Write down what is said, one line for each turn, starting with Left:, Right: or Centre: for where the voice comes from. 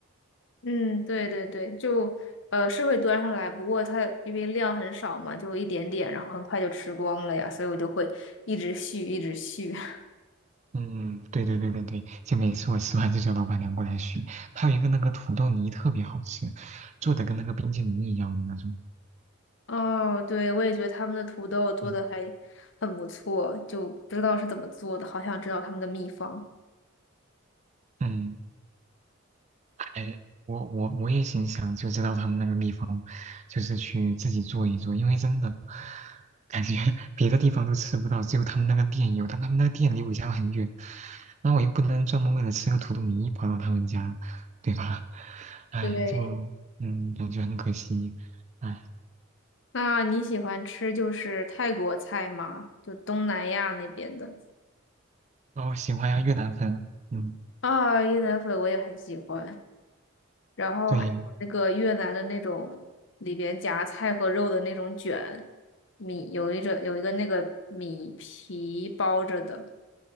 Left: 嗯，对对对，就呃是会端上来，不过它因为量很少嘛，就一点点，然后很快就吃光了呀，所以我就会一直续，一直续。<laughs>
Right: 嗯，对对对对对，就每次我吃完就叫老板娘过来续。它有一个那个土豆泥特别好吃，做的跟那个冰淇淋一样的那种。
Left: 哦，对，我也觉得他们的土豆做的还很不错，
Right: 嗯
Left: 就不知道是怎么做的，好想知道他们的秘方。
Right: 嗯。哎，我我我也挺想就知道他们那个秘方，就是去自己做一做，因为真的感觉 <laughs> 别的地方都吃不到，只有他们那个店有，但他们那个店离我家很远，那我又不能专门为了吃个土豆泥跑到他们家，对吧？<laughs> 哎，
Left: 对，
Right: 就嗯，感觉很可惜，哎，
Left: 那你喜欢吃就是泰国菜吗？就东南亚那边的
Right: 然后喜欢呀越南粉，嗯，
Left: 啊，越南粉我也很喜欢，然后还有那个越南的那种里边夹菜和肉的那种卷
Right: 对，
Left: 米，有一种有一个那个米皮包着的，